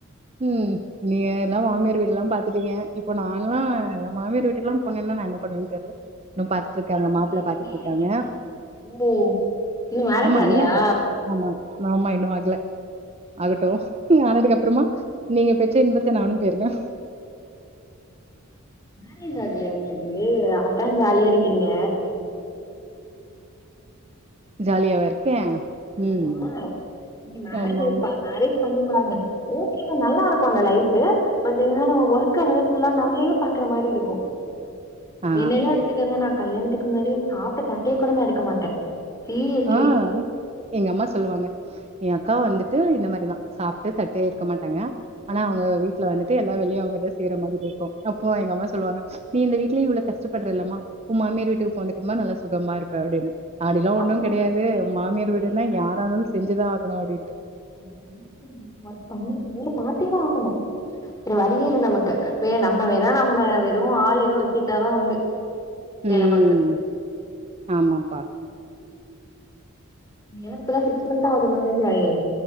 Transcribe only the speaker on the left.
நீங்க
தனியா இருக்கீங்களா ஓ இன்னு மேரேஜ்
ஆகலையா
மேரேஜ் ஆகலயா உங்களுக்கு அத்தா ஜாலியா இருக்கீங்க
ஆமா
நீ மேரேஜ்
ஆயி ப மேரேஜ் பண்ணி பாருங்க ஓகே நல்லா இருக்குல்ல லைஃப்பு பட் இதனால உ ஓர்க்வேற ஃபுல்லா நம்மளையே பாக் இந்த மாரி இருக்கு
என்னையெல்லா எடுத்துக்கங்க நா கல்யாணத்துக்கு முன்னாடி சாப்ட்ட தட்டையே கூட நா எடுக்க மாட்டே சீரியஸ்லீ
ம்
ஆமா
எங்க இருக்க
போறீங்க
நீங்க வேற
<inaudible> ஒர்க் பண்ணி வேல பாத்தேதா ஆகணு வேற வழியே இல்ல நமக்கு வேற நம்ம வேணா நம்ம வெறு ஆள் எது வெச்சுக்ட்டாதா உண்டு
வேல பாக்குறதுக்கு
ஏன்னா இப்ப தா சிக்ஸ் மன்ந்த் ஆகுது மேரேஜ் ஆயி